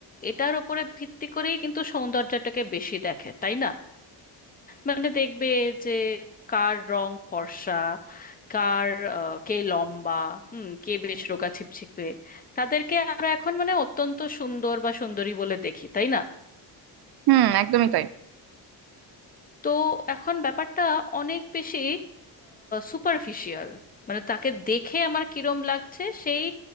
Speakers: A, on the left; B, on the right.
A: এটার উপরে ভিত্তি করেই কিন্তু সৌন্দর্যটাকে বেশি দেখে তাই না মানে দেখবে যে কার রং ফর্সা কার আহ, কে লম্বা হুম কে বেশ রোগা ছিপছিপে তাদেরকে আমরা এখন মানে অত্যন্ত সুন্দর বা সুন্দরী বলে দেখি তাই না
B: হুম একদমই তাই
A: তো এখন ব্যাপারটা অনেক বেশি সুপারফিশিয়াল মানে তাকে দেখে আমার কিরম লাগছে সেই